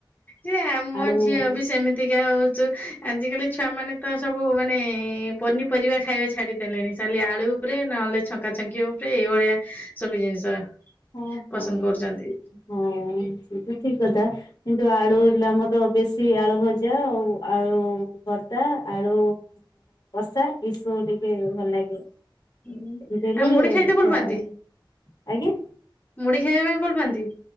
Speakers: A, on the left; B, on the left.
A: ସେ ମୋ
B: ଆଳୁ
A: ଝିଅ ବି ସେମିତିକା ହଉଛୁ। ଆଜିକାଲି ଛୁଆ ମାନେ ତ ସବୁ ମାନେ ପନିପରିବା ଖାଇବା ଛାଡିଦେଲେଣି ଖାଲି ଆଳୁ। ଉପରେ ନହେଲେ ଛଙ୍କା ଛଙ୍କି ଉପରେ ଏଇଭଳିଆ ସବୁ ଜିନିଷ।
B: ହଁ
A: ପସନ୍ଦ
B: ହଁ
A: କରୁଛନ୍ତି।
B: ହଁ ସେତ ଠିକ କଥା କିନ୍ତୁ ଆଳୁ
A: ହୁଁ
B: ହେଲେ ଆମର। ତ ବେଶୀ ଆଳୁ ଭଜା ଆଉ ଆଳୁ ଭର୍ତା ଆଳୁ। କସା ଏସବୁ ଟିକେ ଭଲ ଲାଗେ।
A: ହୁଁ
B: ଏମିତି ହେଲେ
A: ଆଉ ମୁଢି
B: ଖିଆ
A: ଖାଇତେ ଭଲ ପାଆନ୍ତି
B: ହବ ଆଜ୍ଞା।
A: ମୁଢି ଖାଇବା ପାଇଁ ଭଲ ପାଆନ୍ତି।